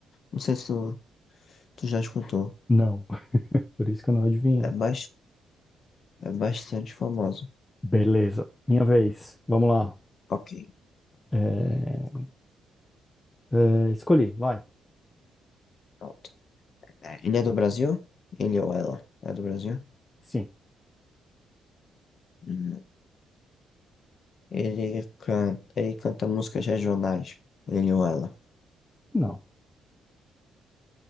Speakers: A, on the left; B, on the left.
A: Não sei se tu, tu já escutou.
B: Não, por isso que eu não adivinhei.
A: É, bas- é bastante famoso.
B: Beleza, minha vez. Vamos lá.
A: Ok,
B: É, é, escolhi, vai.
A: pronto. É, Ele é do Brasil? Ele ou ela? É do Brasil?
B: Sim.
A: Hum. Ele canta, ele canta músicas regionais, ele ou ela.
B: Não.